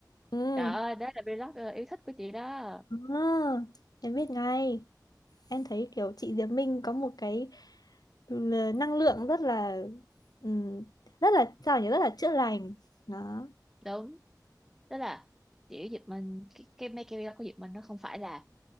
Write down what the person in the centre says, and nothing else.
trời ơi đó là vlog yêu thích của chị đó
đúng tức là kiểu Diệp Minh cái cái make vlog của Diệp Minh nó không phải là